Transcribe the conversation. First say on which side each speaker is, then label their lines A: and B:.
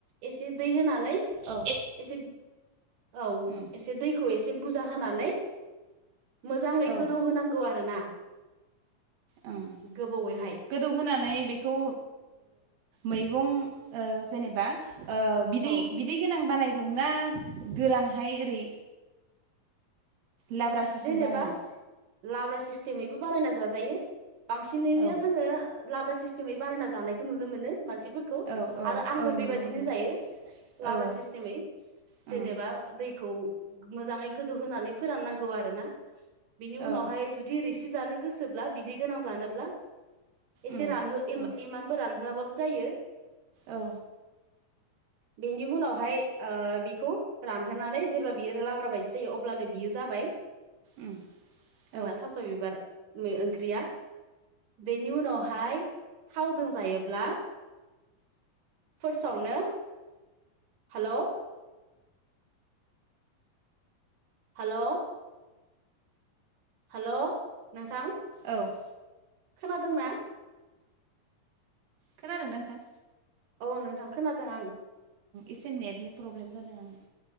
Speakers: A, on the right; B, on the right.
A: एसे दै होनानै
B: औ
A: एसे औ।
B: उम
A: एसे दैखौ एसे बुरजा होनानै मोजाङै
B: औ
A: गोदौ होनांगौ आरोना
B: ओं
A: गोबौैहाय
B: गोदौहोनानै बेखौ मैगं जेनेबा ओ बिदै
A: औ
B: बिदै गोनां बानाय गोरानहाय ओरै लाब्रा सिस्टेम
A: जेनेबा
B: बानायगोन
A: लाब्रा सिस्टेमैबो बानायना जाजायो। बांसिनैनो
B: औ
A: जोङो लाब्रा सिस्टेमै बानायना जानायखौ नुनो मोनो मानसिफोरखौ
B: औ औ
A: आरो आंबो
B: औ
A: बेबायदिनो
B: नुनो मोनो
A: जायो लाब्रा
B: औ
A: सिस्टेमै
B: उम
A: जेनेबा दै खौ मोजाङै गोदौ होनानै फोराननांगौ आरोना बिनि उनावहाय
B: औ
A: जुदि जानो गोसोब्ला बिदि गोनां जानोब्ला <unintelligible> इसे
B: उम
A: रानहो इम
B: औ
A: इम इमानबो रानहो जायो।
B: औ।
A: बेनि उनावहाय ओ बेखौ रानहोनानै जेब्ला बियो लाब्रा बायदि जायो अब्लानो बियो जाबाय।
B: उम
A: जोंना
B: औ
A: थास' बिबार ओंख्रिया बेनि उनावहाय थावजों जायोब्ला फ्सास आवनो हेल' हेल'। हेल' नोंथां
B: औ।
A: खोनादोंना।
B: खोनादोंना नोंथां।
A: औ नोंथां खोनादों आं।
B: एसे नेटनि प्रब्लेम जादों आंनो।